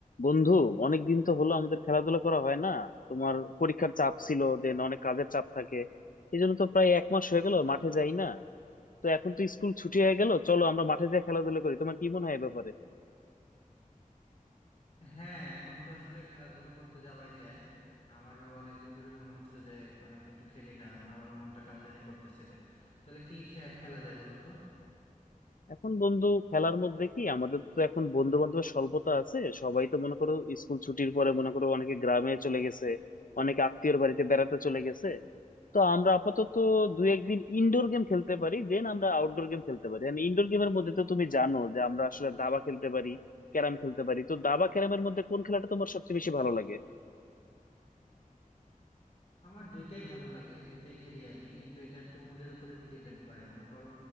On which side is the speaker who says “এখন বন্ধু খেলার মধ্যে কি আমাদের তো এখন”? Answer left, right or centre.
Left